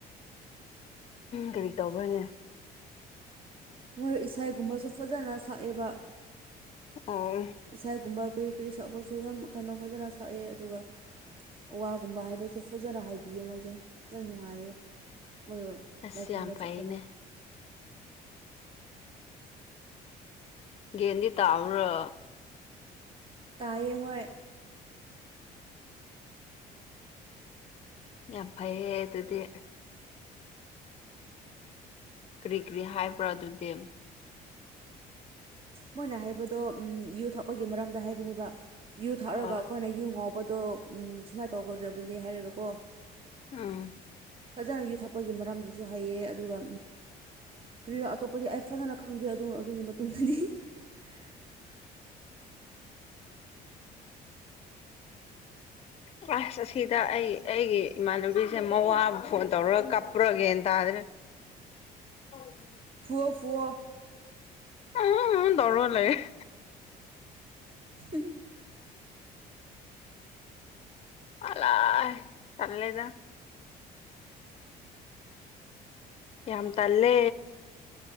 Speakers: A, on the left; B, on the right.
A: ꯀꯔꯤ ꯇꯧꯈ꯭ꯔꯅꯦ
B: ꯃꯣꯏ ꯏꯁꯩꯥꯏꯒꯨꯝꯕꯁꯨ ꯐꯖꯅ ꯁꯛꯑꯦꯕ
A: ꯑꯣ
B: ꯏꯁꯒꯨꯝꯕ ꯀꯔꯤ ꯀꯔꯤ ꯁꯛꯄꯁꯨ ꯌꯥꯝ ꯀꯩꯅꯣ ꯐꯖꯅ ꯁꯛꯑꯦ ꯑꯗꯨꯒ ꯋꯥꯒꯨꯝꯕ ꯍꯥꯏꯕꯁꯨ ꯐꯖꯅ ꯍꯥꯏꯕꯤꯌꯦ ꯃꯣꯏꯁꯦ ꯌꯥꯝ ꯅꯨꯡꯉꯥꯏꯌꯦ ꯃꯣꯏ
A: ꯑꯁ
B: ꯂꯥꯏ ꯈꯨꯔꯨꯝꯕ
A: ꯌꯥꯝ
B: ꯆꯠꯄꯗꯣ
A: ꯐꯥꯏꯅꯦ ꯒꯌꯥꯟꯗꯤ ꯇꯥꯕꯔꯣ
B: ꯇꯥꯏꯌꯦ ꯍꯣꯢ
A: ꯌꯥꯝ ꯐꯩꯌꯦ ꯑꯗꯨꯗꯤ ꯀꯔꯤ ꯀꯔꯤ ꯍꯥꯏꯕ꯭ꯔꯥ ꯑꯗꯨꯗꯤ
B: ꯃꯣꯏꯅ ꯍꯥꯏꯕꯗꯣ ꯌꯨ ꯊꯛꯄꯒꯤ ꯃꯔꯝꯗ ꯍꯥꯏꯕꯅꯦꯕ ꯌꯨ ꯊꯥꯛꯔꯒ
A: ꯑꯥ
B: ꯑꯩꯈꯣꯏꯅ ꯌꯨ ꯉꯥꯎꯕꯗꯣ ꯁꯨꯃꯥꯏꯅ ꯇꯧꯒꯗꯕꯅꯤ ꯍꯥꯏꯔꯒꯀꯣ
A: ꯎꯝ
B: ꯐꯖꯅ ꯌꯨ ꯊꯛꯄꯒꯤ ꯃꯔꯝꯗꯁꯨ ꯍꯩꯑꯦ ꯑꯗꯨꯒ ꯀꯔꯤꯅꯣ ꯑꯇꯣꯞꯄꯗꯤ ꯑꯩ ꯐꯖꯅ ꯈꯪꯗ꯭ꯔꯦ ꯑꯗꯣ ꯑꯗꯨꯒꯤ ꯃꯇꯨꯡꯗꯗꯤ <unintelligible> <unintelligible>
A: ꯀ꯭ꯂꯥꯁ ꯑꯁꯤꯗ ꯑꯩ ꯑꯩꯒꯤ ꯏꯃꯥꯟꯅꯕꯤꯁꯦ ꯃꯋꯥꯕꯨ ꯐꯣꯟ ꯇꯧꯔꯒ ꯀꯞꯄꯔꯥ ꯒꯌꯥꯟ ꯇꯥꯗ꯭ꯔꯦ ꯑꯣ <inaudible>
B: ꯐꯨꯑꯣ ꯐꯨꯑꯣ
A: ꯑ ꯗꯔ ꯂꯩ <inaudible>
B: ꯎ <inaudible>
A: ꯑꯂ ꯇꯝꯂꯗ <inaudible> ꯌꯥꯝ ꯇꯂꯦ